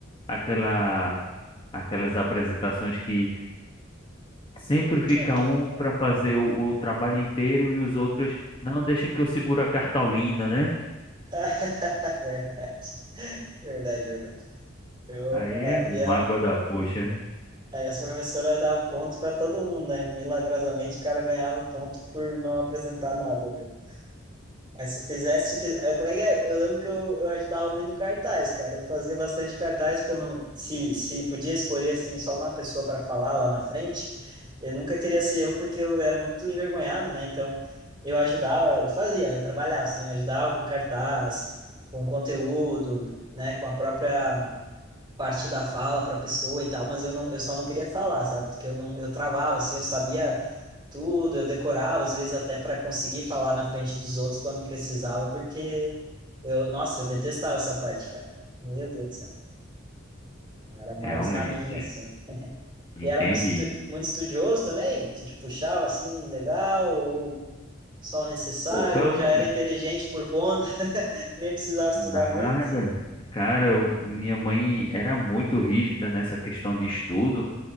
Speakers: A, on the left; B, on the right.
A: aquela, aquelas apresentações que sempre fica
B: Tinha que.
A: um para fazer o, o trabalho inteiro e os outros, não, deixa que eu seguro a cartolina, né?
B: <laughs> Verdade, verdade, verdade. Eu,
A: Aí é
B: a,
A: uma
B: e a,
A: mágoa da poxa,
B: aí as professoras davam pontos para todo mundo, né? Milagrosamente o cara ganhava ponto por não apresentar nada, né? Aí se fizesse, se fiz- eh, como é que é? Eu lembro que eu, eu ajudava muito no cartaz, cara. Eu fazia bastante cartaz, porque eu não, se, se podia escolher assim só uma pessoa para falar lá na frente, eu nunca queria ser eu porque eu era muito envergonhado, né? Então eu ajudava, eu fazia, né? eu trabalhava assim, eu ajudava com cartaz, com conteúdo, né? Com a própria parte da fala para a pessoa e tal, mas eu não, eu só não queria falar, sabe? Porque eu não, eu travava, assim, eu sabia tudo, eu decorava, às vezes até para conseguir falar na frente dos outros quando precisava, porque eu, nossa, eu detestava essa parte, cara. Meu Deus do céu. Eu Era mais
A: realmente.
B: na minha, assim.
A: Entendi.
B: E era muito, estu- muito estudioso também? Tu te puxava assim, legal, ou só o necessário,
A: Pô, pelo
B: ou já
A: me-
B: era inteligente por conta, <laughs> nem precisava estudar
A: nada.
B: muito?
A: Cara, eu- minha mãe era muito rígida nessa questão de estudo,